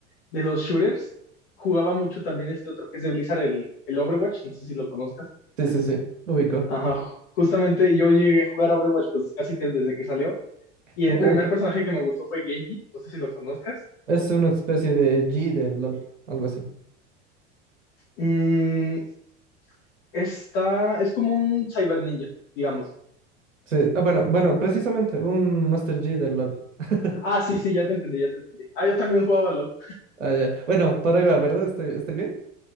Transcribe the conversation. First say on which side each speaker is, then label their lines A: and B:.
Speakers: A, on the left; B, on the right.
A: De los shooters, jugaba mucho también este otro que es de Blizzard, el, el Overwatch, no sé si lo conozcas.
B: Sí, sí, sí, ubico.
A: Ajá, justamente yo llegué a jugar Overwatch pues casi que desde que salió. Y el
B: Uh,
A: primer personaje que me gustó fue Genji, no sé si lo conozcas.
B: es una especie de G del LOL, algo así.
A: Mm, está, es como un cyber ninja, digamos
B: Sí, ah, bueno, bueno, precisamente, un Master G del LOL. <laughs>
A: Ah, sí, sí, ya te entendí, ya te entendí. Ah, yo también jugaba LOL.
B: Ah, ya. Bueno, por ahí va, ¿verdad? ¿Estoy, estoy bien?